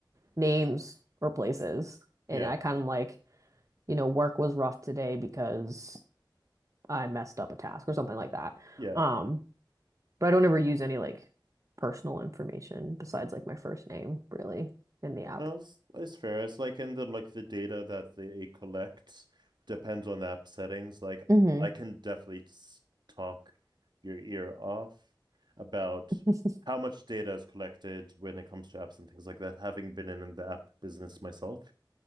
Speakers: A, on the right; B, on the right.
A: names or places. And
B: Yeah.
A: I kind of like, you know, work was rough today because I messed up a task or something like that.
B: Yeah.
A: Um, but I don't ever use any like personal information besides like my first name, really, in the app.
B: No, it's, it's fair. It's like in the like the data that they collect depends on the app settings. Like
A: hmm
B: I can definitely s- talk your ear off about
A: <laughs>
B: how much data is collected when it comes to apps and things like that, having been in the app business myself.